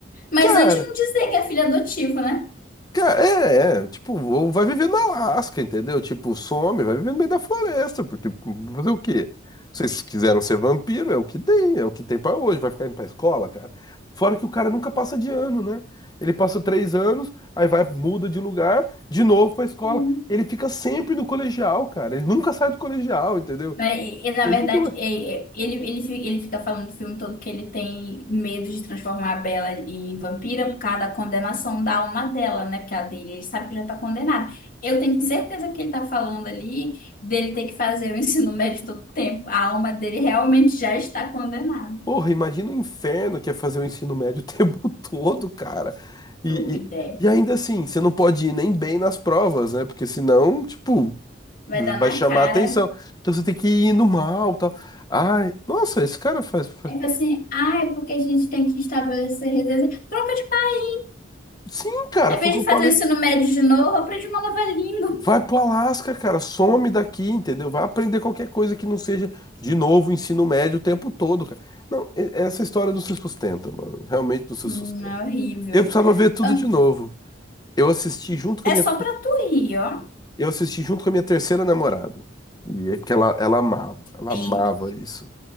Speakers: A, on the left; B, on the left.
A: Mas
B: cara,
A: antes não dizer que é filho adotivo, né?
B: cara, é, é, tipo, ou vai viver na Alasca, entendeu? Tipo, some, vai viver no meio da floresta, porque fazer o quê? Se Vocês quiseram ser vampiro, é o que tem, é o que tem pra hoje, vai ficar indo pra escola, cara. Fora que o cara nunca passa de ano, né? Ele passa três anos, aí vai, muda de lugar, de novo pra escola.
A: Sim.
B: Ele fica sempre no colegial, cara. Ele nunca sai do colegial, entendeu?
A: Mas, e, e, na
B: Ele
A: verdade,
B: nunca.
A: é- é, ele, ele, fi- ele fica falando do filme todo que ele tem medo de transformar a Bella em vampira por causa da condenação da alma dela, né? Que é a dele, ele sabe que já tá condenado. Eu tenho certeza que ele tá falando ali dele ter que fazer o <laughs> ensino médio todo o tempo. A alma dele realmente já está condenada.
B: Porra, imagina o inferno que é fazer o ensino médio o <laughs> tempo todo, cara. E,
A: Doida.
B: e,
A: é.
B: e ainda assim, você não pode ir nem bem nas provas, né? Porque senão, tipo,
A: Vai
B: vai
A: dar na
B: chamar
A: cara.
B: atenção. Então você tem que ir no mal, tal. Ai, nossa, esse cara faz, faz-
A: Aí fala assim, ah, é porque a gente tem que estabelecer redes. Troca de. país.
B: Sim, cara,
A: Ao
B: foi
A: invés
B: o que
A: de
B: eu falei.
A: fazer o ensino médio de novo, aprende uma nova língua.
B: Vai pro Alasca, cara, some daqui, entendeu? Vai aprender qualquer coisa que não seja, de novo, ensino médio o tempo todo, cara. Não, e- essa história não se sustenta, mano. Realmente não se
A: Hum,
B: sustenta.
A: é horrível.
B: Eu precisava ver tudo
A: Hum,
B: de novo. Eu assisti junto com
A: É
B: a minha.
A: só pra tu rir, ó.
B: Eu assisti junto com a minha terceira namorada. E é que ela, ela amava, ela
A: Tempo.
B: amava isso.